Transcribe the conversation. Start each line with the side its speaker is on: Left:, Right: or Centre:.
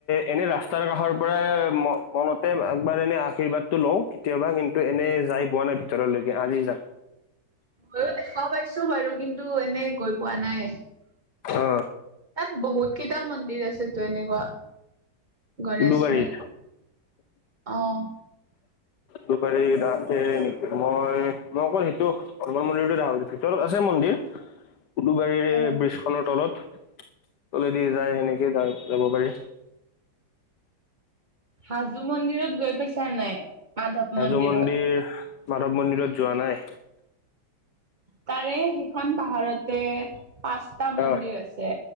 Left: এনে ৰাস্তাৰ কাষৰ পৰা ম মনতে একবাৰ এনে আশীৰ্বাদটো লওঁ কেতিয়াবা কিন্তু এনে যাই পোৱা নাই ভিতৰলৈকে আজি যাম
Right: <unintelligible> ময়ো দেখাও পাইছো বাৰু কিন্তু এনে গৈ পোৱা নাই
Left: অ
Right: তাত বহুত কেইটা মন্দিৰ আছেতো এনেকুৱা গণেশ
Left: উলুবাৰীত
Right: ম অ <unintelligible>
Left: দুবাৰীছে নেকি মই মই অকল সেইটো হনুমান মন্দিৰটো দেখাছো ভিতৰত আছে মন্দিৰ উলু গাড়ীৰ
Right: অ
Left: ব্ৰীজখনৰ তলত তলেদি যায় সেনেকেই যা যাব পাৰি
Right: হাজো মন্দিৰত গৈ পাইছা নাই মাধৱ
Left: হাজো
Right: মন্দিৰত
Left: মন্দিৰ মাধৱ মন্দিৰত যোৱা নাই
Right: তাৰে সেইখন পাহাৰতে পাঁচটা মন্দিৰ
Left: আহ
Right: আছে